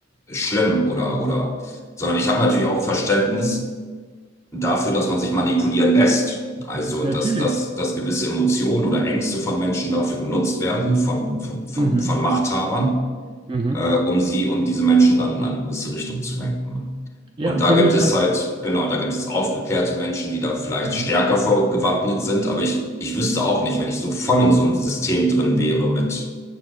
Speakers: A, on the left (about 15°); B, on the right (about 25°).
A: schlimm oder, oder, sondern ich habe natürlich auch Verständnis dafür, dass man sich manipulieren lässt. Also,
B: Natürlich.
A: dass, dass, dass gewisse Emotionen oder Ängste von Menschen dafür genutzt werden, von, von, von,
B: Mhm.
A: von Machthabern
B: Mhm.
A: äh, um sie, um diese Menschen dann in eine gewisse Richtung zu lenken.
B: Ja,
A: Und da
B: finde
A: gibt
B: ich
A: es
B: das.
A: halt, genau, da gibt es aufgeklärte Menschen, die da vielleicht
B: Mhm.
A: stärker vorgewappnet sind, aber ich, ich wüsste auch nicht, wenn ich so voll in so einem System drin wäre mit,